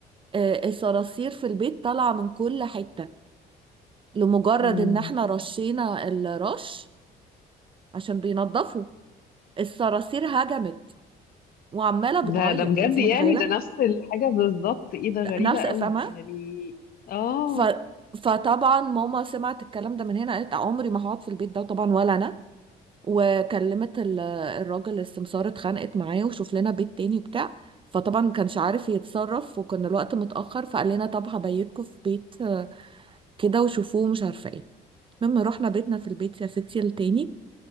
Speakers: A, on the right (about 30°); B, on the left (about 60°).
A: آه، الصراصير في البيت طالعة من كل حتة لمجرد
B: مم.
A: ان احنا رشينا الرش عشان بينضفوا الصراصير هجمت وعمالة بتعيط
B: ده ده بجد
A: انت
B: يعني
A: متخيلة
B: ده نفس الحاجة بالظبط ايه ده غريبة
A: نفس
B: قوي
A: فاهمة
B: يعني اه
A: ف... فطبعا ماما سمعت الكلام ده من هنا قالت عمري ما هقعد في البيت ده طبعا ولا انا وكلمت ال- الراجل السمسار اتخانقت معاه وشوف لنا بيت تاني وبتاع فطبعا ما كانش عارف يتصرف وكان الوقت متأخر فقال لنا طب هبيتكم في بيت آه، كده وشوفوه مش عارفة ايه مما رحنا بيتنا في البيت يا ستي التاني